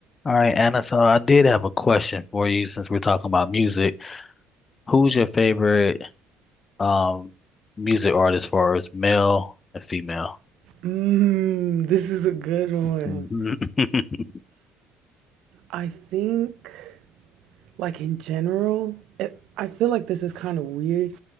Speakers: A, on the left; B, on the right.
A: All right, Anna, so I did have a question for you since we're talking about music. Who's your favorite um music artist as far as male and female?
B: Mm, this is a good one.
A: Mhm. <laughs>
B: I think, like in general, it, I feel like this is kind of weird,